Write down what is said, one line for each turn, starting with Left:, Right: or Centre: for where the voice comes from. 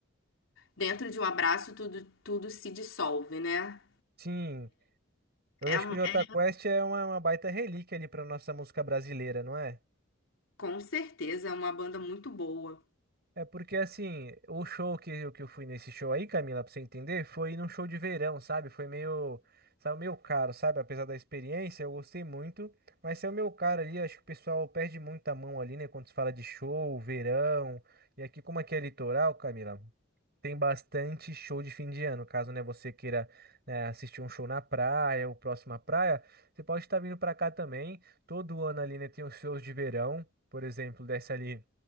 Left: dentro de um abraço tudo, tudo se dissolve, né?
Right: Sim. Eu
Left: É,
Right: acho
Left: um-
Right: que o Jota
Left: é
Right: Quest é uma, uma baita relíquia ali pra nossa música brasileira, não é?
Left: com certeza é uma banda muito boa.
Right: É porque, assim, o show que, eu- que eu fui nesse show aí, Camila, pra você entender, foi num show de verão, sabe? Foi meio, sabe, meio caro, sabe? Apesar da experiência, eu gostei muito, mas é o meu caro ali, acho que o pessoal perde muita mão ali, né? Quando se fala de show, verão, e aqui como aqui é litoral, Camila? Tem bastante show de fim de ano. Caso, né, você queira, né, assistir um show na praia ou próximo à praia, você pode estar vindo para cá também. Todo ano ali, né, tem os shows de verão. Por exemplo, desce ali